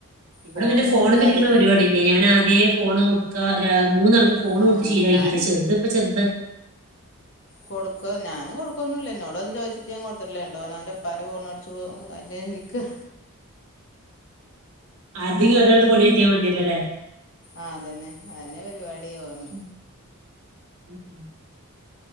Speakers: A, on the right (about 65°); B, on the left (about 55°).
A: ഇവിടെ
B: ഫോണ്
A: പിന്നെ ഫോണുമ്മേരിക്കണ
B: കൊടുക്കാതിരിക്കും
A: പരുപാടില്ല ഞാൻ ആദ്യേ ഫോണ് കൊടുക്കാ മൂന്നാൾക്ക് ഫോ ഫോണ്
B: ആഹ്
A: കൊടുത്ത് ശീലക്കിയിക്കില്ല
B: ഞാൻ
A: ചെറുത്പ്പ ചെറുത്
B: കൊടുക്ക ഞാന് കൊടുക്കൊന്നുല്ല എന്നോട് വന്ന് ചോദിച്ചിട്ട് ഞാൻ കൊടുത്തിട്ടില്ല എന്നിട്ടോൻഓന്റെപ്പാന്റെ ഫോണ് എടു ചോ <unintelligible> ഇരിക്ക
A: ആരെതെങ്കിലും ഒരാൾത് പൊണി കിട്ടിയാൽ മതിയല്ലോ അല്ലേ
B: ആഹ് അതന്നെ അന്നെ പരിപാടിയോന്
A: ഉം ഉം